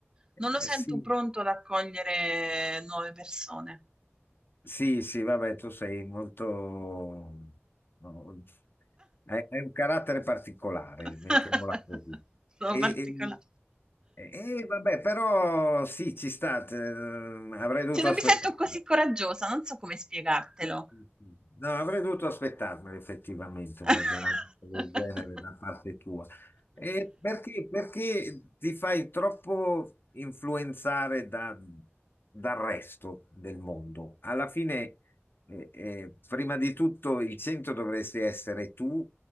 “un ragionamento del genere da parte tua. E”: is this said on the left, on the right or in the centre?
Left